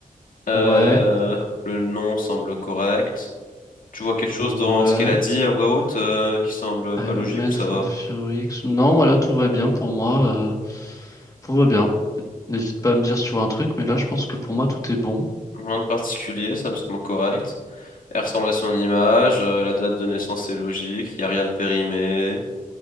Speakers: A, on the left (about 70°); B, on the left (about 25°).
A: Euh,
B: Ouais,
A: le nom semble correct. Tu vois quelque chose
B: ouais.
A: dans ce qu'elle a dit à voix haute euh, qui semble
B: Iron
A: pas logique
B: Man
A: ou ça
B: for
A: va?
B: Fury X. Non, voilà, tout va bien pour moi. euh, tout va bien. N'hésite pas à me dire si tu vois un truc, mais là, je pense que pour moi, tout est bon.
A: Rien de particulier, ça me semble correct. Elle ressemble à son image, euh, la date de naissance est logique, il n'y a rien de périmé.